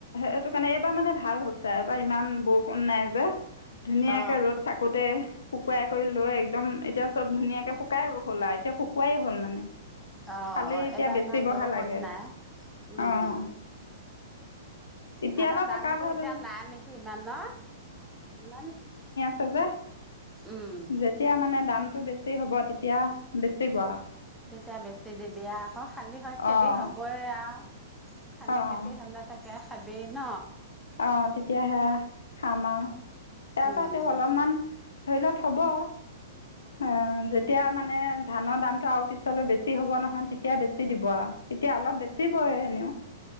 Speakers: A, on the left (about 70°); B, in the centre.
A: এইটো কাৰণে এইবাৰ মানে ভাল হৈছে এইবাৰ ইমান বৰষুণ নাই যে। ধুনীয়াকে
B: অ
A: ৰ'দ থাকোঁতে শুকুৱাই কৰি লৈ একদম এতিয়া চব ধুনীয়াকে শুকাই হ'ল আৰু এতিয়া শুকুৱাই হ'ল মানে।
B: অ'
A: খালি এতিয়া
B: এইবাৰ
A: বেচিবহে
B: ইমান বৰষুণ
A: লাগে
B: নাই! উম
A: অঁ এতিয়ালৈ
B: ধানৰ দামটো
A: থকা হ'ল
B: এতিয়া নাই নেকি ইমান ন? ইমান
A: চাগে।
B: উম
A: যেতিয়া মানে দাম। টো বেছি হ'ব তেতিয়া বেছিব আও।
B: তেতিয়া বেছি দিবিয়ে আকৌ শালি হয় খেতি
A: অঁ
B: হ'বই আও। খালি
A: অঁ
B: খেতি হালা থাকে। খাবি ন?
A: অ' তেতিয়াাহে খাম আৰু। তাৰপা
B: উম
A: তেওঁ অলপমান ধৰি ল থ'ব। অ' যেতিয়া মানে ধানৰ দামটো আৰু পিছলৈ বেছি হ'ব নহয়, তেতিয়া বেছি দিব আও। এতিয়া অলপ বেচিবই এনেও।